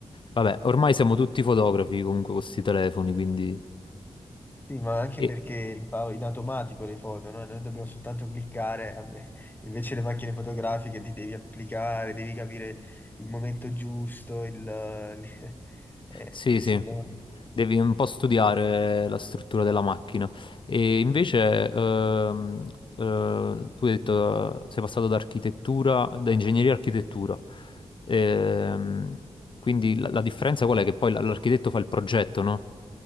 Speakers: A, on the left; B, on the left.
A: vabbè, ormai siamo tutti fotografi comunque con questi telefoni, quindi...
B: Sì, ma anche
A: E,
B: perché le fa in automatico le foto, no? Noi dobbiamo soltanto cliccare, a me- invece le macchine fotografiche ti devi applicare, devi capire il momento giusto, il... <laughs> eh,
A: Sì,
B: sì,
A: sì,
B: no?
A: devi un po' studiare la struttura della macchina. E invece, ehm, eh, tu hai detto, sei passato da architettura, da ingegneria a architettura. Ehm, quindi la, la differenza qual è? Che poi l- l'architetto fa il progetto, no?